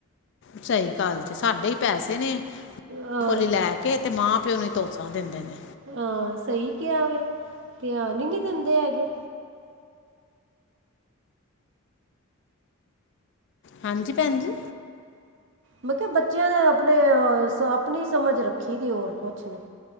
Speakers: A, on the left; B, on the right.
A: ਸਹੀ ਗੱਲ ਜੇ ਸਾਡੇ ਹੀ ਪੈਸੇ ਨੇ
B: ਹਾਂ
A: ਕੋਲੀ ਲੈ ਕੇ ਤੇ ਮਾਂ ਪਿਊ ਨੂੰ ਧੌਂਸਾ ਦਿੰਦੇ ਨੇ
B: ਹਾਂ ਸਹੀ ਕਿਹਾ ਵੇ ਧਿਆਨ ਨਹੀਂ ਦਿੰਦੇ ਹੈਗੇ
A: ਹਾਂਜੀ ਭੈਣ ਜੀ
B: ਮੈਂ ਕਿਹਾ ਬੱਚਿਆਂ ਦੇ ਆਪਣੇ ਆਪਣੀ ਸਮਝ ਰੱਖੀ ਦੀ ਹੋਰ ਕੁਛ ਨਹੀਂ